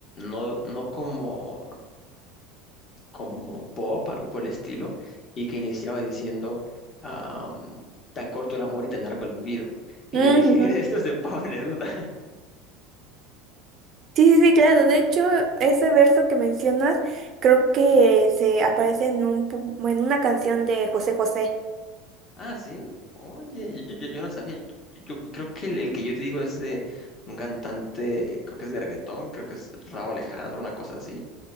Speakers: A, on the left (about 35°); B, on the right (about 35°).
A: no, no como, como pop, algo por el estilo, y que iniciaba diciendo, am, tan corto el amor y tan largo el olvido. Y
B: Ujú.
A: yo dije, <laughs> esto es de Pablo Neruda.
B: Sí, sí, sí, claro. De hecho, ese verso que mencionas creo que se aparece en un, pu- en una canción de José José.
A: Ah, sí. Oye, yo, yo- yo no sabía. Yo, yo- yo creo que el, el que yo te digo es de un cantante, creo que es de reggaetón, creo que es Rauw Alejandro, una cosa así.